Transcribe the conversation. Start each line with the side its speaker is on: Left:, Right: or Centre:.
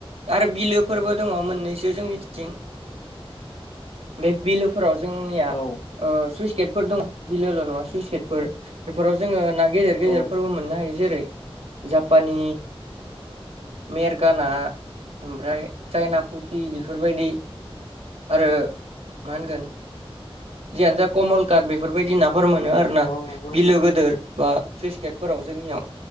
Right: आरो बिलोफोरबो दङ मोननैसो जोंनिथिं। बे बिलोफोराव जोंनिया
Left: औ
Right: सुइसगेटफोर दं बिलोल' नङा सुइसगेटफोर बेफोराव जोङो ना गेदेर गेदेर
Left: औ
Right: फोरबो मोननो हायो जेरै जापानि मेरगा ना ओमफ्राय चायनापुथि बेफोरबायदि आरो मा होनगोन जियानो जा कमल काट बेफोरबायदि नाफोर मोनो आरोना
Left: औ नंगौ
Right: बिलो
Left: नोंथां
Right: गोदोर बा सुइस गेटफोराव जोंनियाव